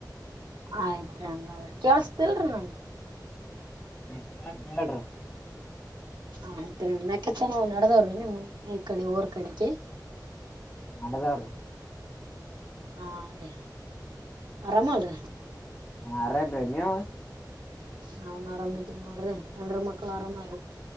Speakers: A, on the right (about 80°); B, on the left (about 20°).
A: ಆಯ್ತ್ರಿ ಹಂಗಾದಿ ಕೇಸತಿಲ್ರಿ ನಂಗ
B: ಹಾ ಕೇಳ್ದ ಹೇಳ್ರ
A: ಹ ಆಯ್ತ್ ಮೆಕಚನ ನವು ನಡದವ್ರೀ ನಿಮ್ಮ್ ಮನೆ ಈ ಕಡೆ ಊರ್ ಕಡೆಗೆ
B: ನಡೆದವ್ರಿ
A: ಹಾ ರೀ ಆರಾಮ ಅಲ್ರಿ
B: ಹ ಆರಾಮ್ ರಿ ನೀವು
A: ನಾವನ್ ಆರಾಮ್ ಇದಿದ್ದೇವಿ ನೋಡ್ರಿ ಎಂಡರ ಮಕ್ಳು ಆರಾಮ ಆ